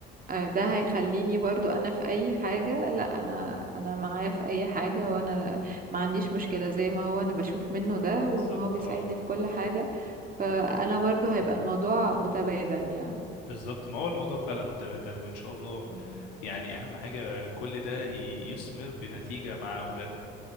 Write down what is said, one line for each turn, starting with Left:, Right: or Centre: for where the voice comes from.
Right: آه، ده هيخليني برضو انا في اي حاجة لا انا انا معاه في اي حاجة وانا ما عنديش مشكلة زي ما هو انا بشوف منه ده
Left: بالظبط
Right: وان هو بيساعدني
Left: اه
Right: في كل حاجة فانا برضو هيبقى الموضوع متبادل يعني
Left: بالظبط ما هو الموضوع فعلا متبادل وان شاء الله
Right: <laughs> مم.
Left: يعني اهم حاجه كل ده ي- يثمر بنتيجه مع اولادنا